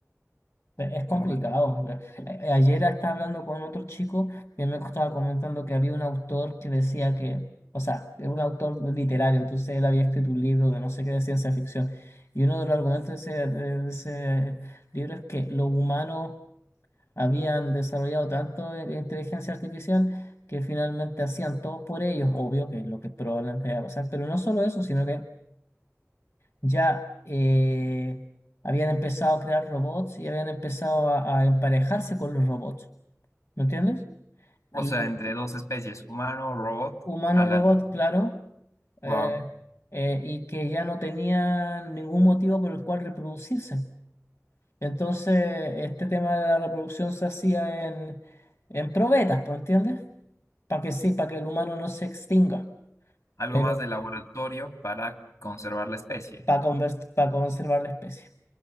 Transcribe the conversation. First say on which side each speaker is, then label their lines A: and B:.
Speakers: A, on the left; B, on the left.
A: Es complicado.
B: Bueno,
A: A- Ayer estaba hablando con otro chico que me estaba comentando que había un autor que decía que, o sea, es un autor literario, entonces él había escrito un libro de no sé qué de ciencia ficción. Y uno de los argumentos de ese, de ese libro es que los humanos habían desarrollado tanto i- inteligencia artificial que finalmente hacían todo por ellos, obvio que es lo que probablemente iba a pasar. Pero no solo eso, sino que ya eh, habían empezado a crear robots y habían empezado a, a emparejarse con los robots, ¿me entiendes?
B: o
A: Y
B: sea, entre dos especies, humano, robot,
A: humano-robot,
B: a la,
A: claro, eh,
B: wow,
A: eh, y que ya no tenían ningún motivo por el cual reproducirse. Entonces, este tema de la reproducción se hacía en, en probetas, ¿me entiendes? Para que sí, para que el humano no se extinga,
B: algo
A: pero
B: más de laboratorio para conservar la especie.
A: para conservar la especie.